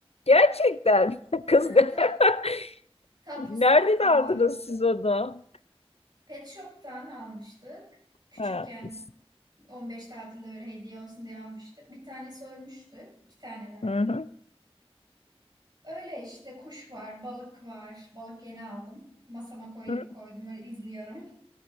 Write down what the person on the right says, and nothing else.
Hı,
Tat,
tatlı
su kaplumbağası.
Pet Shop'tan almıştık. Küçükken
15 tatilde öyle hediye olsun diye almıştık. Bir tanesi ölmüştü. İki tanelerdi.
Öyle işte kuş var, balık var. Balık yeni aldım. Masama koy,
koydum öyle izliyorum. <laughs>